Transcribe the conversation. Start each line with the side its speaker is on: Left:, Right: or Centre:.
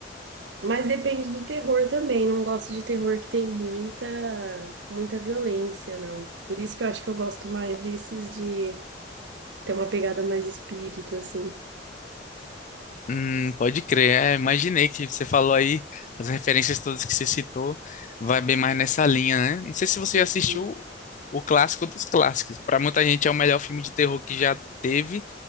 Right: Mas depende do terror também. Não gosto de terror que tem muita, muita violência, não. Por isso que eu acho que eu gosto mais desses de ter uma pegada mais espírito, assim.
Left: Hum, pode crer. É, imaginei que você falou aí as referências todas que você citou, vai bem mais nessa linha, né? Não sei se você
Right: Entendi.
Left: já assistiu o clássico dos clássicos. Para muita gente é o melhor filme de terror que já teve,